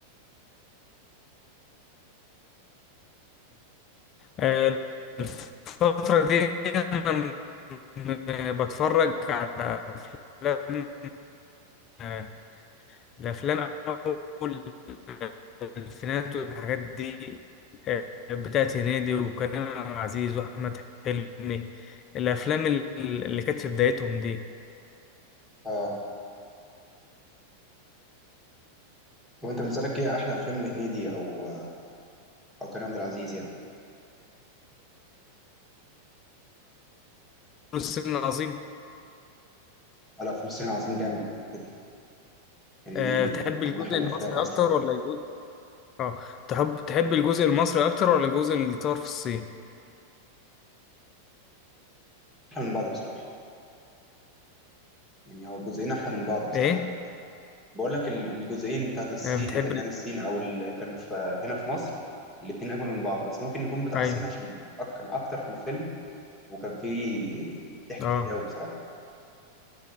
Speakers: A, on the left; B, in the centre.
A: آه، الفترة دي أنا م- بتفرج على أفلام آه، الأفلام أول الألفينات والحاجات دي آه، بتاعت هنيدي وكريم عبد العزيز وأحمد حلمي الأفلام ال- اللي كانت في بدايتهم دي
B: اه طب انت بالنسبه لك ايه احلى افلام لهنيدي او او كريم عبد العزيز يعني
A: السن العظيم
B: على فيلم سيرين عظيم جامد كده كده. هنيدي
A: آه، بتحب
B: كان
A: الجزء
B: من احلى الافلام
A: المصري
B: اصلا
A: أكتر ولا الجزء آه تحب تحب الجزء المصري أكتر ولا الجزء اللي اتصور في الصين؟
B: احلى من بعض بصراحه يعني هو الجزئين احلى من بعض بصراحه
A: إيه؟
B: بقول لك ال- الجزئين بتاعت الصين
A: آه، بتحب
B: اذا كان
A: ال-
B: الصين او اللي كان في هنا في مصر الاتنين اجمل من بعض بس ممكن يكون بتاع
A: ايوه
B: الصين عشان أك- كان اكتر في الفيلم وكان في ضحك
A: اه
B: كتير قوي بصراحة